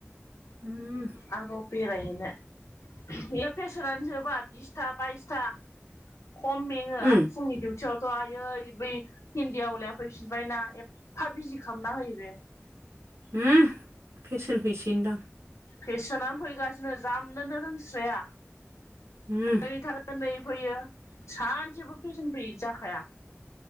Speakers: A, on the right; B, on the left.
A: उम।
B: आरोबाव बेरायहैनो बेहा प्रेसारानो जोबा बि आथा बाइसथा खम मेङो आरो
A: उम
B: फुंनि डिउटियाव थ' आयै बै हिन्न्दी आवलाया फैफिनबायना एफा बिजि खालामना होयो बे।
A: हो फेसेन हैसै होनदां
B: फेसोनानो फैगासिनो जामनोनो रोंसाया
A: उम।
B: बै थाङो नै फैयो सानसेबो फेसन फै जाखाया।